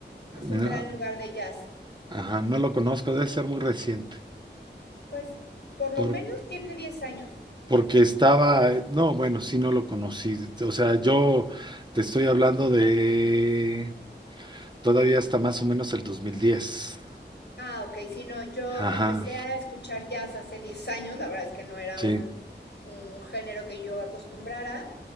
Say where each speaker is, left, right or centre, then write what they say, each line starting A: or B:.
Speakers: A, on the left; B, on the right.
A: que es
B: no,
A: un gran lugar de jazz.
B: ajá, no lo conozco, debe ser muy reciente.
A: Pues, por lo
B: Por-
A: menos tiene 10 años.
B: porque estaba, eh, no, bueno, sí, no lo conocí. O sea, yo te estoy hablando de todavía hasta más o menos el dos mil diez
A: Ah, ok, sí, no, yo
B: Ajá,
A: empecé a escuchar jazz hace 10 años, la verdad es que no era
B: sí.
A: un, un género que yo acostumbrara,